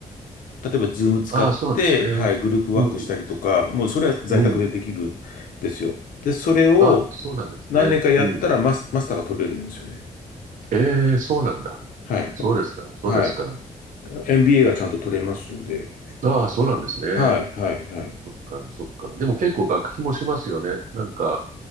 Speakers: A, on the left (about 75°); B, on the right (about 65°).
A: 例えばズーム使って、
B: ああ、そうなんですね。
A: はい、グループワークしたりとか、
B: うん。
A: もうそれは在宅でできるんですよ。
B: うん。
A: で、それを
B: あ、そうなんですね。
A: 何年かやったらマス、
B: うん。
A: マスターが取れるんですよね。
B: ええ、そうなんだ。
A: はい。
B: そうですか。そうですか。
A: はい。MBA がちゃんと取れますんで。
B: ああ、そうなんですね。
A: はい、はい、はい。
B: そっか、そっか。でも結構学費もしますよね。なんか、